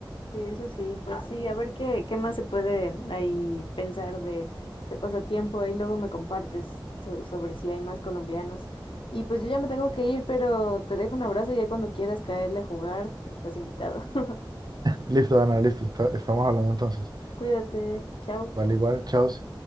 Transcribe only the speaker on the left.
Sí, eso sí, pues sí, a ver qué, qué más se puede ahí pensar de, de pasatiempo, ahí luego me compartes so- sobre si hay más colombianos. Y pues yo ya me tengo que ir, pero te dejo un abrazo y ya cuando quieras caerle a jugar, estás invitado. <laughs>
Cuídate, chao.